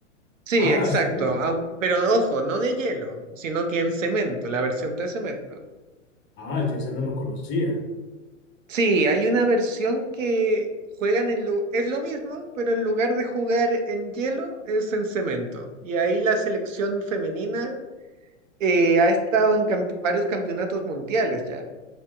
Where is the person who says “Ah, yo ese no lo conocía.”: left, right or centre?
Left